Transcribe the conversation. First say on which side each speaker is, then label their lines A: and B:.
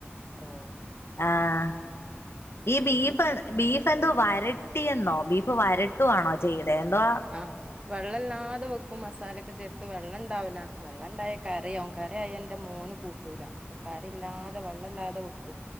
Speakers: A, on the right; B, on the left.
A: ഓഹ്
B: ആഹ ഈ ബീഫ് ബീഫ് എന്തോ വരട്ടിയെന്നോ ബീഫ് വരട്ടുവാണോ ചെയ്തെ എന്തുവാ
A: ആഹ് വെള്ളല്ലാതെ വെക്കും മസാലൊക്കെ ചേർത്ത് വെള്ളം ഇണ്ടാവൂല, വെള്ളം ഇണ്ടായാൽ കറിയാവും കറി ആയ ഇന്റെ മോന് കൂട്ടൂല, അപ്പം കറില്ലാതെ വെള്ളല്ലാതെ വെക്കും.